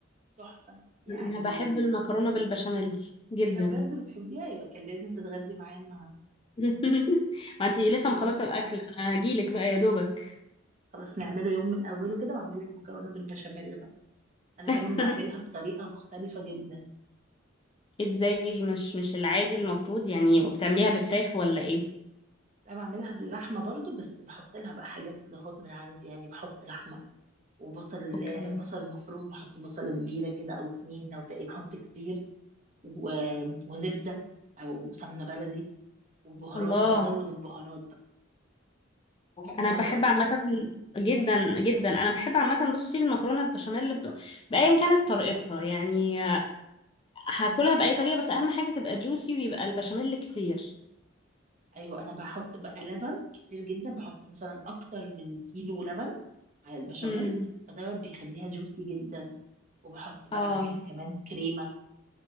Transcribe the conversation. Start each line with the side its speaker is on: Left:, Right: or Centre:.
Right: تحفة يعني
Left: انا بحب المكرونه بالبشاميل جدا
Right: ايه ده بجد بتحبيها يبقى كان لازم تتغدي معايا النهاردة
Left: <laughs> ما انت لسه
Right: كان
Left: مخلصه
Right: لازم
Left: الاكل انا هجيلك بقى يا دوبك
Right: خلاص نعمله يوم من أوله كده وأعمل لك مكرونة بالبشاميل بقى أنا
Left: <laughs>
Right: كمان بعملها بطريقة مختلفة جدا
Left: ازاي مش مش العادي المفروض يعني بتعمليها بفراخ ولا ايه
Right: أنا بعملها باللحمة برضو بس بحط لها بقى حاجات إضافات من عندي يعني بحط لحمة وبصل
Left: اوكي
Right: بصل مفروم بحط بصلة كبيرة كده أو اتنين أو تقريبا بحط كتير و- وزبدة أو سمنة بلدي وبهارات
Left: الله
Right: بزود البهارات بقى تحبي
Left: انا
Right: البهارات؟
Left: بحب عامه جدا جدا انا بحب عامه بصي المكرونه البشاميل ب- بايا كانت طريقتها يعني هاكلها بأي طريقة بس أهم حاجة تبقى جوسي ويبقى البشاميل كتير
Right: أيوة أنا بحط بقى لبن كتير جدا بحط مثلا أكتر من كيلو لبن على البشاميل
Left: امم
Right: فدوت بيخليها جوسي جدا وبحط بقى
Left: اه
Right: معاها كمان كريمة